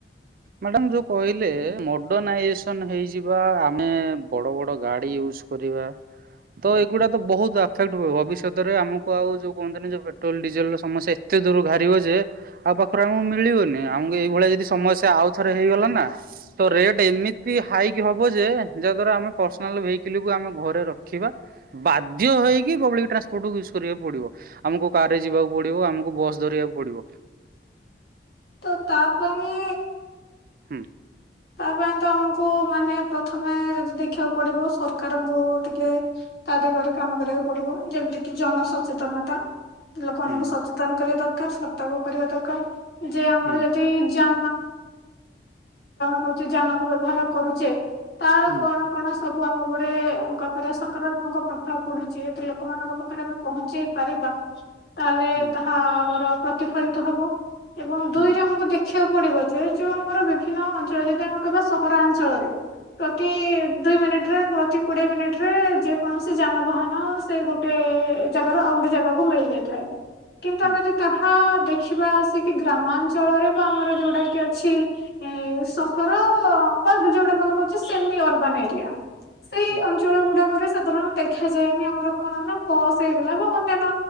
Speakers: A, on the right; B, on the left.
A: ମ୍ୟାଡାମ ଯୋଉ କହିଲେ ମଡର୍ଣାଇଜେସନ ହେଇଯିବା ଆମେ ବଡ ବଡ ଗାଡି ୟୁଜ କରିବା ତ ଏଗୁଡା ତ ବହୁତ ଏଫେକ୍ଟ ହ ଭବିଷ୍ୟତରେ ଆମକୁ ଆଉ ଯୋଉ କୁହନ୍ତିନି ଯୋଉ ପେଟ୍ରୋଲ ଡିଜେଲ ର ସମସ୍ୟା ଏତେ ଦୂର ଘାରିବ ଯେ ଆଉ ପାଖରେ ଆମକୁ ମିଳିବନି ଆମକୁ ଏଇଭଳିଆ ଯଦି ସମସ୍ୟ ଆଉ ଥରେ ହେଇଗଲା ନା ତ ରେଟ ଏମିତି ହାଇକ ହବ ଯେ ଯାହା ଦ୍ଵାରା ଆମେ ପର୍ସନାଲ ଭେକଲକୁ ଆମେ ଘରେ ରଖିବା ବାଧ୍ୟ ହେଇକି ପବ୍ଲି ଟ୍ରାନ୍ସପୋର୍ଟକୁ ୟୁଜ କରିବାକୁ ପଡିବ। ଆମକୁ କାର ରେ ଯିବାକୁ ପଡିବ ଆମକୁ ବସ୍ ଧରିବାକୁ ପଡିବ।
B: ତ ତା ପାଇଁ
A: ହୁଁ।
B: ତା ପାଇଁ ତ ଆମକୁ ମାନେ ପ୍ରଥମେ ଯଦି ଦେଖିବାକୁ ପଡିବ ସରକାରଙ୍କୁ ଟିକେ ତା ଦିଗରେ କାମ କରିବାକୁ ପଡିବ ଯେମିତି କିି ଜନ ସଚେତନତା। ଲୋକମାନଙ୍କୁ
A: ହୁଁ
B: ସଚେତନ କରିବା ଦରକାର ତକ କରିବା ଦରକାର। ଯେ ଆମର
A: ହୁଁ
B: ଯଦି ଜ <unintelligible> ହଉଛି ଯାନ କୁ ବ୍ୟବହାର କରୁଛେ? ତାର
A: ହୁଁ
B: କଣ କଣ ସବୁ ଆମ <inaudible> ପରେ ସକାରାତ୍ମକ ପ୍ରଭାବ ପଡୁଛି। ଯଦି ଲୋକମାନଙ୍କ ପାଖରେ ଆମେ ପହଞ୍ଚେଇ ପାରିବା! ତାହେଲେ
A: ହୁଁ।
B: ତାହା ଆମର ପ୍ରତିଫଳିତ ହବ। ଏବଂ ଦୁଇରେ
A: ହୁଁ
B: ଆମକୁ ଦେଖିବାକୁ ପଡିବ। ଏ ଯୋଉ ଆମର ବିଭିନ୍ନ ସେ ଯଦି ଆମେ କହିବା ସହରାଞ୍ଚଳରେ! ପ୍ରତି ଦୁଇ ମିନିଟରେ ପ୍ରତି କୋଡ଼ିଏ ମିନିଟରେ ଯେକୌଣସି ଯାନବାହାନ ସେ ଗୋଟେ ଜାଗାରୁ ଆଉ ଗୋଟେ ଜାଗାକୁ ମିଳିଯାଇଥାଏ। ତ କିନ୍ତୁ
A: ହୁଁ
B: ଆମେ ଯଦି ତାହା ଦେଖିବା ଆସି କି ଗ୍ରାମାଞ୍ଚଳରେ ବା ଆମର ଯୋଉଟା କି ଅଛି ସ ଘର ଯୋଉଟା <inaudible> କହୁଛ ସେମି ଅର୍ବନ୍ ଏରିଆ ସେଇ
A: ହୁଁ
B: ଅଞ୍ଚଳ ଗୁଡାକରେ ସାଧାରଣଃ ଦେଖାଯାଏନି ଆମର କଣ ନା ବସ୍ ହେଇଗଲା ବା ଅନ୍ୟାନ୍ୟ